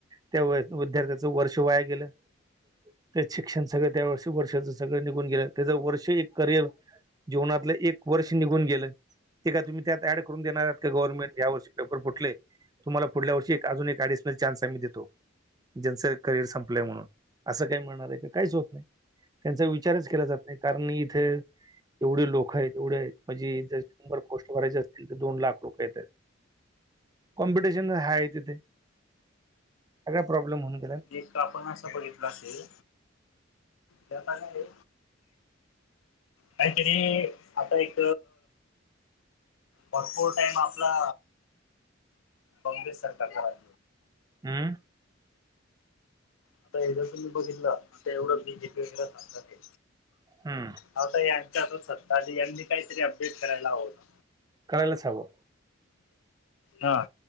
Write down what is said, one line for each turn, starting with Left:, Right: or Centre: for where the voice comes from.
Right: त्या विद्यार्थ्याच वर्ष वाया गेलं. त्यात शिक्षण सगळं, त्या वर्षी वर्षाच सगळं निघून गेलं. त्याच वर्ष एक करियर जिवनातलं एक वर्ष निघून गेलं. ते का तुम्ही, त्यात ऍड करून देणार येत का? गव्हर्मेट या वर्षी पेपर फुटले. तुम्हाला पुढल्या वर्षी एक, अजून एक ॲडिशनल चान्स आम्ही देतो. ज्यांचं करिअर संपलंय म्हणून, असं काही म्हणणार आहे का? काहीच होत नाही. त्यांचा विचारच केला जात नाही. कारण इथ एवढे लोकं आहेत. एवढ आहेत म्हणजे जंर शंभर पोस्ट भरायचे असतील, तर दोन लाख लोक येत आहेत. कॉम्पिटिशन हाय तिथे, काय प्रॉब्लेम होईन.
Left: एकदा आपण असं बघितला असेल, त्याता काय आहे. काहीतरी आता एक भरपूर टाइम, आपला काँग्रेस सरकारचा राहिल.
Right: हम्म....
Left: आता हे जर तुम्ही बघितल. आता एवढं मी जे सांगतात ते
Right: हम्म
Left: आता, यांच्या हातात सत्ता आणि यांनी काहीतरी अपडेट करायला हवंतं.
Right: करायलाच हव.
Left: हा..